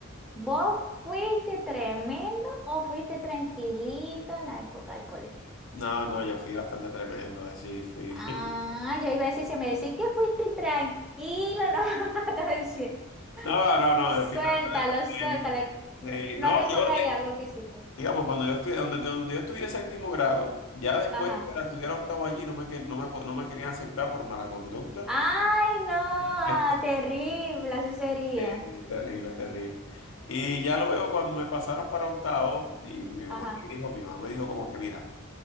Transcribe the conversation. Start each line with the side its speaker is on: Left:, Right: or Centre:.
Centre: ¿vos fuiste tremendo o fuiste tranquilito en la época del colegio?
Left: No, no, yo fui bastante tremendo, así fui.
Centre: Ah,
Left: <laughs>
Centre: yo iba a decir, si me decís que fuiste tranquilo, <laughs> no vas a decir,
Left: No, no, no,
Centre: suéltalo,
Left: yo fui bastante
Centre: suéltalo.
Left: tremendo.
Centre: No,
Left: Sí,
Centre: no
Left: no,
Centre: recordáis
Left: yo, eh,
Centre: algo que hiciste.
Left: digamos, cuando yo estudié, donde, donde yo estudié séptimo grado, ya después
Centre: Ajá.
Left: para estudiar octavo allí no me, que- no me, po- no me querían aceptar por mala conducta.
Centre: Ay, no, ah,
Left: <laughs>
Centre: terrible, así sería.
Left: Eh, terrible, terrible. Y ya luego cuando me pasaron para octavo, y mi mamá
Centre: Ajá.
Left: me dijo, mi mamá me dijo como que, mira,